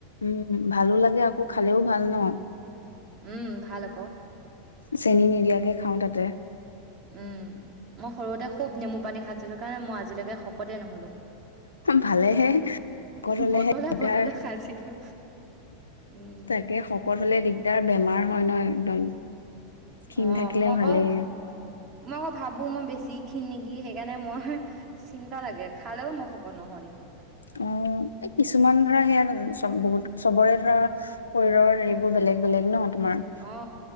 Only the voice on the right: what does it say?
উম, ভাল আক'।
উম, মই সৰুতে খুব নেমু পানী খাইছিলো সেইকাৰণে মই আজিলৈকে শকতেই নহ'লো।
বটলে
বটলে খাইছিলো উম
অ',
মই আকৌ,
মই আকৌ ভাবো মই বেছি ক্ষীণ নেকি সেইকাৰণে মই চিন্তা লাগে খালেও মই শকত নহওঁ দেখোন।
অ